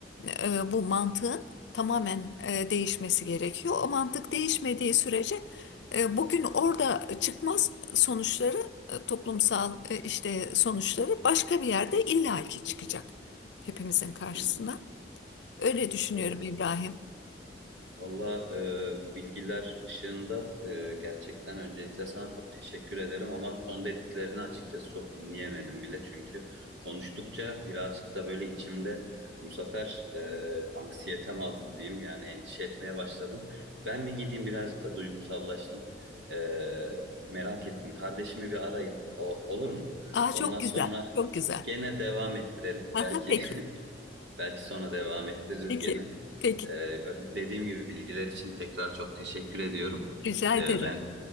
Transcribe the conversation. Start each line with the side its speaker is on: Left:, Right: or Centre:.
Left: e, bu mantığın tamamen e, değişmesi gerekiyor. O mantık değişmediği sürece e, bugün orada çıkmaz sonuçları e, toplumsal e, işte sonuçları başka bir yerde illaki çıkacak hepimizin karşısına.
Right: <laughs>
Left: Öyle düşünüyorum
Right: Doğru
Left: İbrahim.
Right: diyorsun. Valla e, bu bilgiler ışığında e, gerçekten öncelikle sana çok teşekkür ederim ama son dediklerini açıkçası çok dinleyemedim bile çünkü konuştukça birazcık da böyle içimde bu sefer e, anksiyetem azdı diyeyim yani endişe etmeye başladım. Ben bir gideyim birazcık da duygusallaştım. E, merak ettim. Kardeşimi bir arayayım. O, olur mu?
Left: Aa
Right: Ondan
Left: çok güzel,
Right: sonra
Left: çok güzel.
Right: gene devam ettirelim.
Left: Aha,
Right: Belki
Left: peki,
Right: <laughs> Belki sonra devam ettiririz
Left: peki,
Right: gene.
Left: peki.
Right: Ee, ö- dediğim gibi bilgiler için tekrar çok teşekkür ediyorum.
Left: Rica
Right: Ee,
Left: ederim.
Right: ben